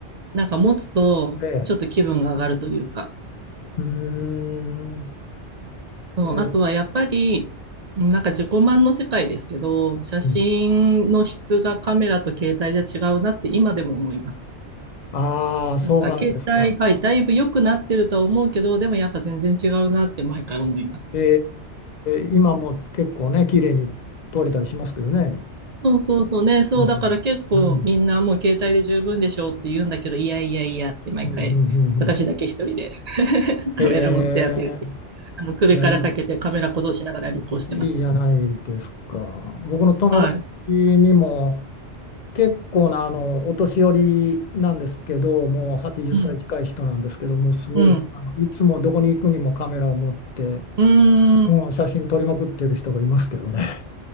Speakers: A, on the right (about 50°); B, on the left (about 55°).
A: なんか持つと、
B: で、
A: ちょっと気分が上がるというか。
B: うーん、
A: そう、
B: えー
A: あとはやっぱり、なんか自己満の世界ですけど、写真の質がカメラと携帯じゃ違うなって今でも思います。
B: うん、ああ、そうなんですか。
A: なんか携帯、はい、だいぶ良くなってるとは思うけど、でもやっぱ全然違うなって毎回思います。
B: えー今も結構ね、綺麗に撮れたりしますけどね、
A: そうそうそうね、そうだから結構みんなもう携帯で十分でしょうって言うんだけど、
B: スマホで。うん、
A: いやいやいやって毎回私だけ一人で
B: うん、うん、うん。うん
A: <laughs> カメラ持ってやって言って、
B: へえ、
A: あの首からかけてカメラ鼓動しながら旅行してます。
B: いや、いいじゃん。いいじゃないですか。僕の友達にも
A: はい。
B: 結構なあのお年寄りなんですけど、もう80歳近い人なんですけど、
A: うん。
B: もうすごい、
A: うん。
B: あのいつもどこに行くにもカメラを持って、
A: うーん。
B: うん、写真撮りまくってる人がいますけどね。